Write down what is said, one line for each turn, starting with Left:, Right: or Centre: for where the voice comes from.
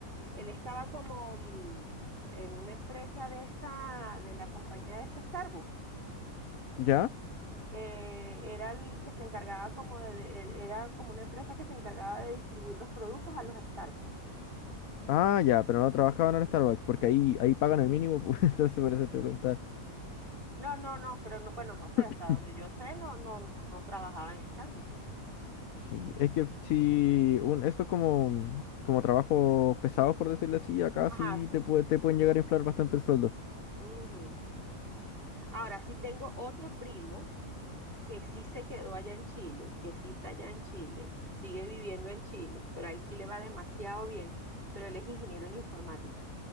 Right: él estaba como mm, en una empresa de esta, de la compañía de esta Starbucks.
Left: ¿Ya?
Right: Eh, era el que se encargaba como de, de- era como una empresa que se encargaba de distribuir los productos a los Starbucks.
Left: Ah, ya, pero no trabajaba en el Starbucks, porque ahí, ahí pagan el mínimo, pues, <laughs> entonces por eso te preguntaba.
Right: No, no, no, creo, no, bueno, no sé, hasta
Left: <laughs>
Right: donde yo sé, no, no, no, no trabajaba en Starbucks.
Left: Sí, es que si un, esto como, como trabajos pesados, por decirlo así, acá
Right: Ajá.
Left: sí te, puede, te pueden llegar a inflar bastante el sueldo.
Right: ujú. Ahora sí tengo otro primo que sí se quedó allá en Chile, que sí está allá en Chile, sigue viviendo en Chile, pero a él sí le va demasiado bien, pero él es ingeniero en informática.